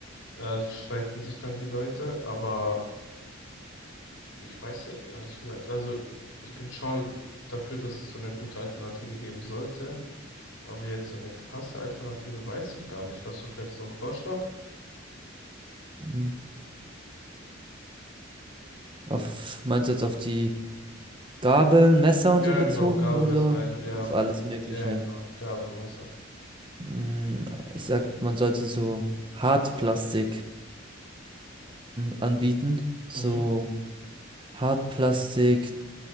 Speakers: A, on the left; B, on the right.
A: Da streiten sich dann die Leute, aber Ich weiß ehrlich gesagt, also ich bin schon dafür, dass es so eine gute Alternative geben sollte, aber jetzt so eine klasse Alternative weiß ich gar nicht. Hast du vielleicht so einen Vorschlag?
B: Mhm. Auf, meinst du jetzt auf die Gabeln, Messer
A: Ja,
B: und so bezogen
A: genau, Gabel,
B: oder
A: Messer, äh, ja,
B: auf alles
A: weil,
B: Mögliche?
A: ja, genau, Gabel und Messer.
B: Mm, Ich sag, man sollte so Hartplastik-Sachen anbieten. So
A: Mhm,
B: Hartplastik